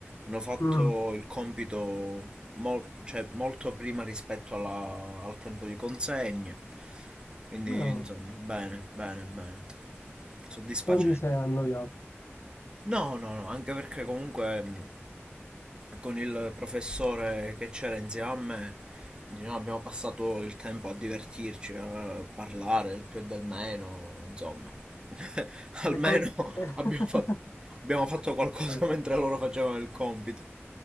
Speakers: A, on the right; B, on the left.
A: Hanno fatto
B: Mm.
A: il compito mol- cioè, molto prima rispetto alla- al tempo di consegna. Quindi,
B: No,
A: insomma, bene, bene, bene. Soddisfacente.
B: non ti sei annoiato.
A: No, no, no, anche perché comunque mh, con il professore che c'era insieme a me diciamo, abbiamo passato il tempo a divertirci, a parlare del più e del meno, insomma, <laughs> almeno
B: E, con- <laughs>
A: abbiamo fatto, abbiamo fatto qualcosa
B: Certo.
A: <laughs> mentre loro facevano il compito.